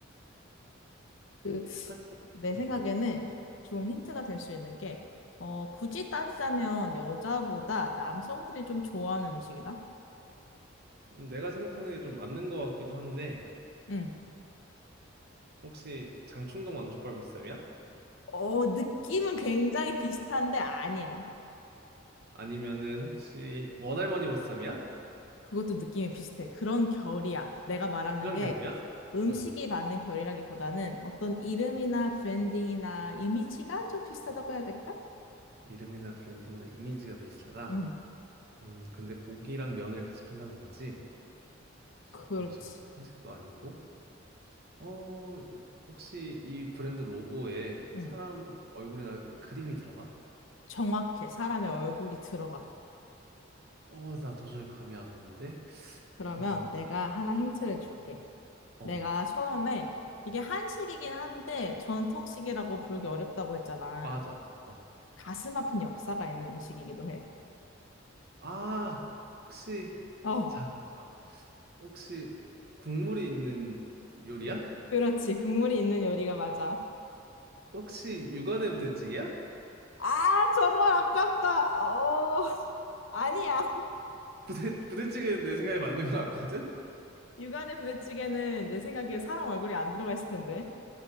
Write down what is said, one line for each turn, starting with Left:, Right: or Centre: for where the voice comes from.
Left: 그,
Right: 한시,
Left: 내 생각에는
Right: 어.
Left: 좀 힌트가 될 수 있는 게, 어, 굳이 따지자면 여자보다 남성들이 좀 좋아하는 음식이다.
Right: 내가 생각하는 게 좀 맞는 것 같기도 한데,
Left: 응.
Right: 혹시 장충동 왕족발보쌈이야?
Left: 어, 느낌은 굉장히 비슷한데 아니야.
Right: 아니면은 혹시 원할머니 보쌈이야?
Left: 그것도 느낌이 비슷해. 그런 결이야. 내가 말하는
Right: 이런
Left: 게
Right: 계열이야?
Left: 음식이
Right: 응.
Left: 맞는 결이라기보다는 어떤 이름이나 브랜딩이나 이미지가 좀 비슷하다고 해야 될까?
Right: 이름이나 브랜딩이나 이미지가 비슷하다.
Left: 응,
Right: 음, 근데 고기랑 면을 같이 판다는 거지?
Left: 그렇지.
Right: 그리고 전통 한식도 아니고, 어, 이- 혹시 이 브랜드 로고에
Left: 응,
Right: 사람 얼굴이나 그림이 들어가?
Left: 정확해. 사람의 얼굴이 들어가.
Right: 어, 나 도저히 감이 안 오는데?
Left: 그러면
Right: 음,
Left: 내가 하나 힌트를 줄게.
Right: 어,
Left: 내가 처음에 이게 한식이긴 한데 전통식이라고 부르기 어렵다고 했잖아.
Right: 맞아. 어.
Left: 가슴 아픈 역사가 있는 음식이기도 해.
Right: 아, 혹시
Left: 어,
Right: 잠깐만. 혹시 국물이 있는 요리야?
Left: 그렇지. 국물이 있는 요리가 맞아.
Right: 혹시 육안의 부대찌개야?
Left: 아, 정말 아깝다. 어, 아니야.
Right: 부대 부대찌개는 내 생각에 맞는 것 같거든.
Left: 육안의 부대찌개는 내 생각에 사람 얼굴이 안 들어가 있을 텐데.